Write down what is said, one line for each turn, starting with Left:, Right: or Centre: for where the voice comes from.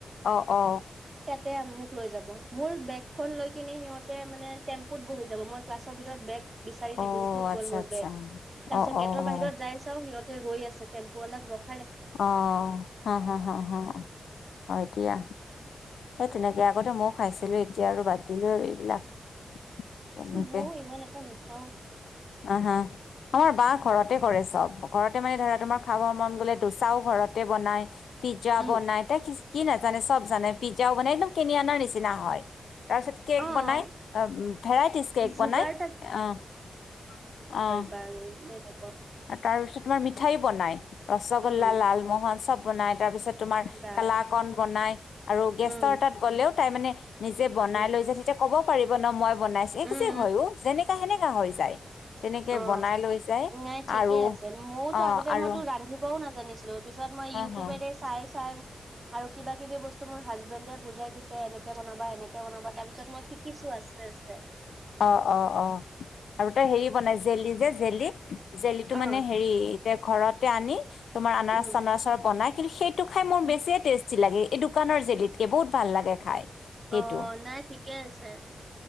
Left: অ অ
Right: সেয়াত মোক লৈ যাব মোৰ বেগখন লৈ কিনে সিহঁতে মানে টেম্পুত বহি যাব মই ক্লাছৰ ভিতৰত বেগ বিচাৰি
Left: অ
Right: থাকিম কত
Left: আচ্ছা
Right: গ'ল মোৰ
Left: আচ্ছা
Right: বেগ তাৰ
Left: অ
Right: পিছত
Left: অ
Right: গেটৰ
Left: অ
Right: বাহিৰত তাই চাওঁ সিহঁতে ৰৈ আছে টেম্পু অলাক ৰখ
Left: অহ হা হা হা হা হয় এতিয়া সেই তেনেকে আগতে ময়ো খাইছিলো এতিয়া আৰু বাদ দিলো আৰু এইবিলাক তেনেকে
Right: ময়ো ইমান এটা নাখাওঁ
Left: অহ হা আমাৰ বা ঘৰতে কৰে চব ঘৰতে মানে ধৰা তোমাৰ খাব মন গলে দোচাও ঘৰতে বনাই পিজ্জা
Right: উম
Left: বনাই তাই কি কি নাজানে চব জানে পিজ্জাও বনাই একদম কিনি অনাৰ নিচিনা হয় তাৰপিছত কেক
Right: অ
Left: বনাই ভেৰাইটিজ কেক
Right: যোগাৰ
Left: বনাই অহ অহ।
Right: বাৰু নেনেকুৱা
Left: আৰু তাৰপিছত তোমাৰ মিঠাই বনাই ৰসগোল্লা,
Right: উম।
Left: লালমোহন চব। বনাই তাৰ পিছত তোমাৰ
Right: বা
Left: কালাকন বনাই আৰু গেষ্টৰ
Right: উম
Left: তাত গ'লেও তাই মানে নিজে বনাই
Right: উম
Left: লৈ যায় তেতিয়া কব পাৰিব ন মই বনাইছো এক্সজেক
Right: উম
Left: হয় অ যেনেকা সেনেকা হৈ যায়। তেনেকে
Right: অহ
Left: বনাই লৈ যায়
Right: নাই ঠিকে
Left: আৰু
Right: আছে ময়ো
Left: অ
Right: আগতে
Left: আৰু
Right: মইতো ৰান্ধিবও নাজ- জানিছিলো পিছত মই
Left: অ
Right: ইউটিউৰে
Left: অ
Right: চাই চাই আৰু কিবা কিবি বস্তু মোৰ হাজবেণ্ডে বুজাই দিছে এনেকে বনাবা এনেক- কে বনাবা তাৰ পিছত মই শিকিছো আস্তে আস্তে।
Left: অহ অহ অহ আৰু তই হেৰি বনাই জেলি যে জেলি জেলিটো
Right: অ
Left: মানে হেৰি এতিয়া ঘৰতে আনি তোমাৰ আনাৰ
Right: উম
Left: চানাৰৰ বনাই কিন্তু সেই টো খাই মোৰ
Right: উম
Left: বেছিয়েই টেষ্টি লাগে এই দোকানৰ জেলিতকে বহুত ভাল লাগে খাই। সেইটো
Right: অহ নাই ঠিকেই আছে।